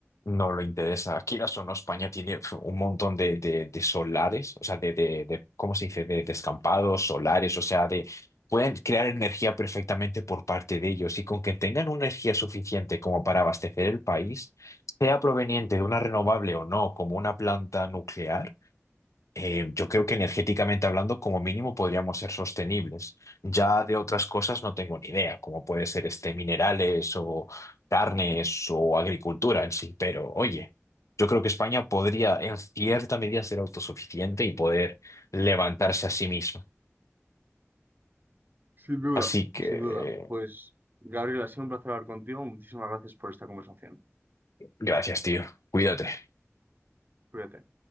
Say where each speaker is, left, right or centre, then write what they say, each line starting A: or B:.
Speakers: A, on the left (about 85°); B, on the right (about 40°).
A: No le interesa. Quieras o no, España tiene uf, un montón de, de- de solares, o sea, de, de, de- ¿cómo se dice? De descampados, solares, o sea, de, pueden crear energía perfectamente por parte de ellos y con que tengan una energía suficiente como para abastecer el país, sea proveniente de una renovable o no, como una planta nuclear eh, yo creo que energéticamente hablando, como mínimo, podríamos ser sostenibles. Ya de otras cosas no tengo ni idea, como puede ser este minerales o carnes o agricultura en sí, pero oye, yo creo que España podría en cierta medida ser autosuficiente y poder levantarse a sí misma.
B: Sin duda,
A: Así que,
B: sin duda. Pues, Gabriel, ha sido un placer hablar contigo. Muchísimas gracias por esta conversación.
A: gracias, tío. Cuídate.
B: Cuídate.